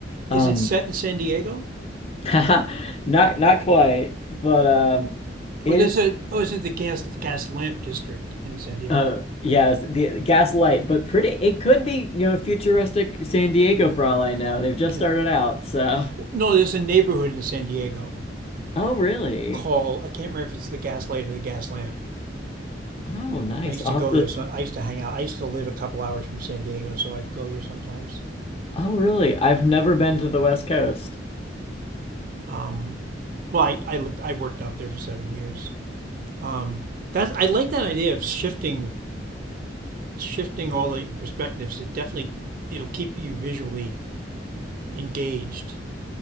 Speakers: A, on the left (about 30°); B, on the right (about 50°).
A: Um
B: Is it set in San Diego?
A: <laughs> not not quite, but um
B: Well,
A: it
B: there's
A: is
B: a oh, is it the gas gas lamp district in San Diego?
A: Uh, yes, the Gaslight, but pretty. It could be, you know, futuristic San Diego for all I know. They've just
B: Yeah.
A: started out, so.
B: Well, No, there's a neighborhood in San Diego
A: Oh, really?
B: call. I can't remember if it's the Gaslight or the Gas lamp.
A: Oh, nice.
B: So I used
A: I'll
B: to go
A: have to-
B: there. So I used to hang out. I used to live a couple hours from San Diego, so I'd go there sometimes.
A: oh, really? I've never been to the West Coast.
B: Um, well, I, I lived. I worked out there for seven years. Um, that's. I like that idea of shifting, shifting all the perspectives. It definitely it'll keep you visually engaged